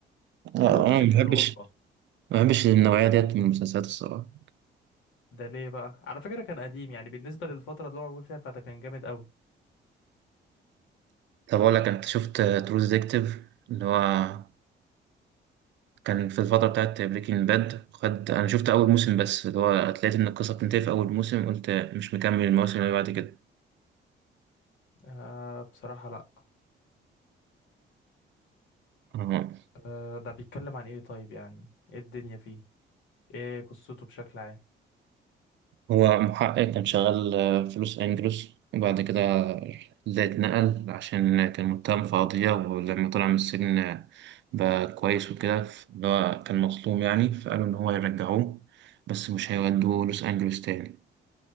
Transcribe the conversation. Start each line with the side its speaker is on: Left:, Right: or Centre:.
Right: لا،
Left: أول
Right: انا
Left: موسم
Right: ما
Left: حلو
Right: بحبش
Left: والله
Right: ما بحبش النوعيه ديت من المسلسلات الصراحه
Left: ده ليه بقى على فكرة كان قديم يعني بالنسبة للفترة اللي هو معمول فيها فده كان جامد أوي
Right: طب اقول لك انت شفت ترو ديتكتيف اللي هو كان في الفتره بتاعت بريكنج باد خد انا شفت اول موسم بس اللي هو لقيت ان القصه بتنتهي في اول موسم قلت مش مكمل المواسم اللي بعد كده
Left: آه بصراحة لأ
Right: آه.
Left: آه ده بيتكلم عن إيه طيب يعني إيه الدنيا فيه إيه قصته بشكل عام
Right: هو محقق كان شغال آه، في لوس أنجلوس وبعد كده ده اتنقل عشان كان متهم في قضية ولما طلع من السجن آه، بقى كويس وكده ف- اللي هو كان مظلوم يعني فقالوا إن هو يرجعوه بس مش هيودوه لوس أنجلوس تاني